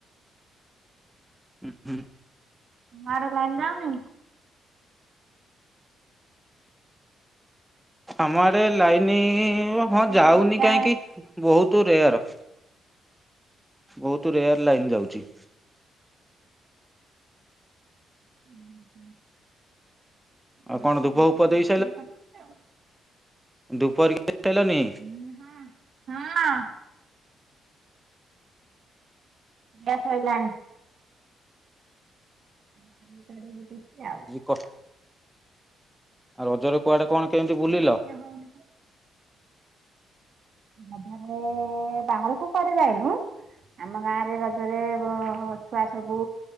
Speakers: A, in the centre; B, on the right.
A: ହୁଁ ହୁଁ।
B: ତମ ଆଡେ ଲାଇନ ଯାଉନି।
A: ଆମ ଆଡେ ଲାଇନ ହଁ
B: କହିଲି
A: ଲାଇନ୍
B: ତମ
A: ଯାଉନି
B: ଆଡେ ବା
A: କାହିଁକି? ବହୁତ ରେୟାର। ବହୁତ ରେୟାର ଲାଇନ୍ ଯାଉଛି।
B: ହୁଁ ହୁଁ
A: ଆଉ
B: ଲାଇନ
A: କଣ ଧୂପ
B: ଦିନକୁ
A: ଫୂପ
B: ପନ୍ଦର
A: ଦେଇ
B: ଥର କାଟୁଛି ଆଉ।
A: ଧୁପ ହେରିକା
B: ହଁ
A: <unintelligible>
B: ହଁ। ଖିଆ ସଇଲାଣି। ଖାଲି ଟାରେ ବୁଲୁଛି ଆଉ।
A: କ ଆଉ ରଜରେ କୁଆଡେ କଣ କେମିତି
B: ପବନ
A: ବୁଲିଲ?
B: ଟିକେ ହଉନି ରଜରେ ବାହାରକୁ କୁଆଡେ ଯାଇନୁ। ଆମ ଗାଁରେ ରଜରେ ଅ ଛୁଆ ସବୁ